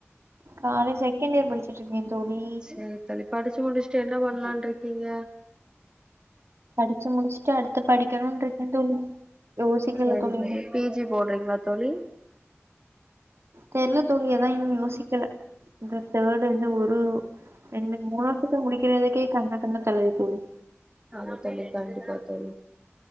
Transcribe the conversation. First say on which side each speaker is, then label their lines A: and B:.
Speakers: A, on the right; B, on the right.
A: காலேஜ் செகண்ட் இயர் படிச்சிட்ருக்கே தோழி
B: செரி தோழி படிச்சு முடிச்சுட்டு என்ன பண்லான்ருக்கீங்க
A: படிச்சு முடிச்சுட்டு அடுத்து படிக்கணுனு இருக்கே தோழி யோசிக்கல
B: சரி
A: தோழி
B: சரி
A: இன்னு
B: பி ஜி போட்றீங்ளா தோழி
A: தெர்ல தோழி அதா இன்னு யோசிக்கல இந்த தேர்டு வந்து ஒரு என்ன மூணு வருஷத்த முடிக்கிறதுக்கே கண்ண கண்ண தள்ளுது தோழி
B: ஆமா தோழி கண்டிப்பா தோழி